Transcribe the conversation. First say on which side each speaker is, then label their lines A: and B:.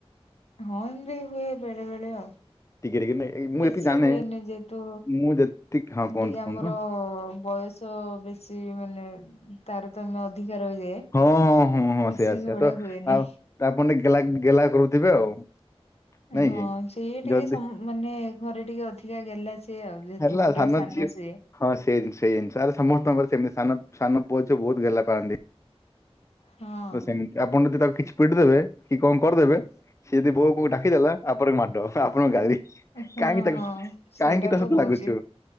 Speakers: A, on the left (about 80°); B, on the left (about 30°).
A: ହଁ ହେନ୍ତି ହୁଏ ବେଳେ ବେଳେ ଆଉ।
B: ଟିକେ ଟିକେ ନାଇଁ ଏଇ ମୁଁ
A: ବେଶୀ
B: ଯେତିକି ଜାଣେ
A: ହୁଏନି ଯେହେତୁ
B: ମୁଁ ଯେତିକି ହଁ କୁହନ୍ତୁ
A: ଟିକେ
B: କୁହନ୍ତୁ
A: ଆମର ବୟସ୍ ତ ବେଶି ମାନେ ତାରତମ୍ୟ ଅଧିକା ରହିଯାଏ
B: ହଁ - ହଁ-
A: ବେଶୀ
B: ସେୟା ସେୟା
A: ଝଗଡା
B: ତ
A: ହୁଏନି
B: ଆଉ ଆପଣ ଟିକେ ଗେ- ଗେଲା କରୁଥିବେ ଆଉ? ନାଇଁ
A: ହଁ
B: କି
A: ସେଇ ଟିକେ
B: ଯଦି
A: ସ-ମାନେ ଘରେ ଟିକେ ଅଧିକା ଗେଲା ସେ ସେ ଆଉ ଯେହେତୁ
B: ହେଲା
A: ପୁରା ସାନ
B: ଝିଅ
A: ସେ
B: ହଁ ସେଇ ଜିନିଷ ସେଇ ଜିନିଷ ଆରେ ସମସ୍ତଙ୍କର ସେମିତି ସାନ- ସାନ ପୁଅ ଝିଅ ବହୁତ୍ ଗେଲା ପାଆନ୍ତି।
A: ହଁ
B: ତ ସେମିତି ଆପଣ ଯଦି ତାକୁ କିଛି ପିଟି ଦେବେ କି କଣ କରିଦେବେ ସିଏ ଯଦି ବୋଉ ବୋଉ ଡାକିଦେଲା ଆପଣଙ୍କୁ ମାଡ ଆପଣଙ୍କୁ ଗାଳି
A: ହଁ
B: କାହିଁକି ତାକୁ
A: ହଁ ସେଇଟା
B: କାହିଁକି ତା
A: ତ ହଉଛି
B: ଲାଗୁଛୁ